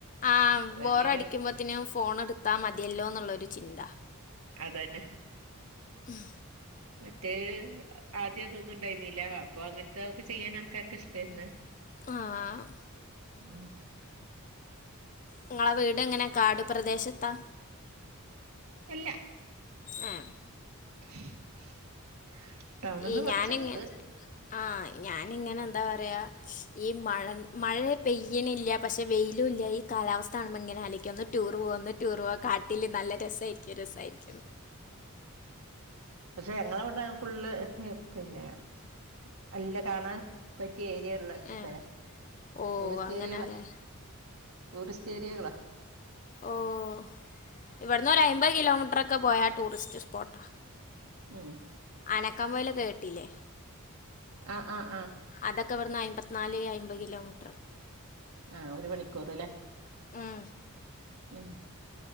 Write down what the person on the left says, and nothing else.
ആഹ്
ബോറടിക്കുമ്പോത്തിനും ഫോണെട്ത്താ മതിയല്ലോന്ന്ള്ളോരു ചിന്ത
ഉം
ആഹ്
നിങ്ങളെ വീടെങ്ങനാ കാടു പ്രദേശത്താ
ഏഹ്
ഈ
ഞാന്ങ്ങനെ ആഹ് ഞാനിങ്ങനെ എന്താ പറയാ ഈ മഴൻ മഴ പെയ്യ്ണില്ല പക്ഷെ വെയിലും ഇല്ല ഈ കാലാവസ്ഥ കാണുമ്പം ഇങ്ങനെ ആലോയിക്ക ഒന്ന് ടൂർ പോവാ ഒന്ന് ടൂർ പോവാ കാട്ടില് നല്ല രസായിരിക്കും രസായിരിക്കുന്ന്
ഏ ഓ
അങ്ങനെയല്ലേ
ഓഹ് ഇവിട്ന്നോരു അയിമ്പത് കിലോമീറ്ററൊക്കെ പോയ ടൂറിസ്റ്റ് സ്പോട്ടാ
ആനക്കാ മൈലൊക്കെ കേട്ടില്ലേ
അതൊക്കെവ്ടന്ന് അയിമ്പത്ത്നാല് അയിമ്പത് കിലോമീറ്ററാ
ഉം